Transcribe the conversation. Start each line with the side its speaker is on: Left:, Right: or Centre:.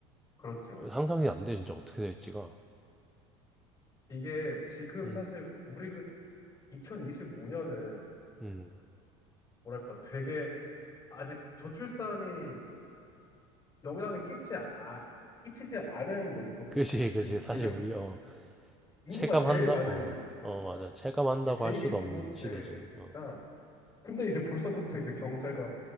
Left: 그렇지,
Centre: 어,
Left: 그렇지.
Centre: 상상이 안 돼, 진짜 어떻게 될지가.
Left: 이게 지금
Centre: 음,
Left: 사실 우리 그 2025년은
Centre: 음.
Left: 뭐랄까 되게 아직 저출산이 영향을 끼치 아, 끼치지 않은 연도거든.
Centre: 그지, 그지.
Left: 우리
Centre: 사실
Left: 지금
Centre: 우리, 어,
Left: 인구가
Centre: 체감한다,
Left: 제일 많은
Centre: 어,
Left: 연도거든.
Centre: 어, 맞아.
Left: 어,
Centre: 체감한다고
Left: 이게 베이비
Centre: 할 수도 없는
Left: 부모
Centre: 시대지.
Left: 때니까
Centre: 어,
Left: 근데 이제 벌써부터 이제 경제가